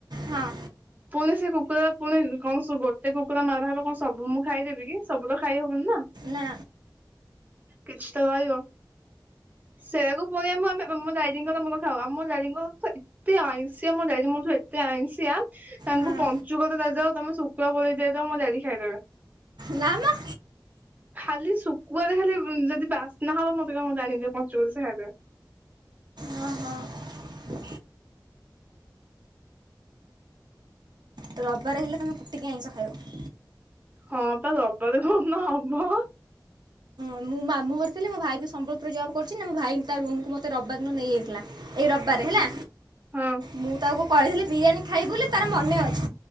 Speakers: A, on the right; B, on the right.
A: ହଁ
B: ପୁଣି ସେ କୁକୁା ପୁଣି କଣୁ ଗୋଟେ କୁକୁଡ଼ା ନଡ ହେବ କଣ ସବୁ ମୁଁ ଖାଇଦେବି କି ସବୁ ତ ଖାଇ ହବନି ନା
A: ନା
B: କିଛି ତ କହିବ। ସେଇଆକୁ ପଳିଆ ମୋ ଆମେ ମୋ ଡାଡିଙ୍କର ମୋର ଖାଉ। <unintelligible> ଏତେ ଆଇଁଷିଆ ମୋ ଡାଡି ମୋଠୁ ଏତେ ଆଇଁସିଆ ତାଙ୍କୁ
A: ହଁ।
B: ପଞ୍ଚୁକତ ଦଦଅ ତମେ ଶୁଖୁଆ ବୋଲେଇ ଦେଇଦଅ ମୋ ଡାଡ଼ି ଖାଇଦେବେ।
A: ନାମ
B: ଖାଲି ଶୁଖଆରେ ଖାଲି ଯଦି ବାସ୍ନା ହବ <unintelligible> ପଞ୍ଚୁକରେ ସେ ଖଇଦେବେ।
A: ହଁ ହଁ ତ ରବିବାର ହେଲେ ତୁମେ କୁଟିକି ଆଇଁଷ ଖାଇବ।
B: ହଁ ବା ଦବାଲେ କନ ହବ।
A: ମୁଁ ମାମୁଁଘରେ ଥିଲି, ମୋ ଭାଇବି ସମ୍ବଲପୁରରେ ଜବ୍ କରୁଛି ନା ମୋ ଭାଇ ତା ରୁମକୁ ମତେ ରବିବାର ଦିନ ନେଇଯାଇଥିଲା। ଏଇ ରବିବାର ହେଲା
B: ହଁ
A: ମୁଁ ତାକୁ କହିଥିଲି ବିରିୟାନୀ ଖାଇବୁ ବୋଲି ତାର ମନେ ଅଛି।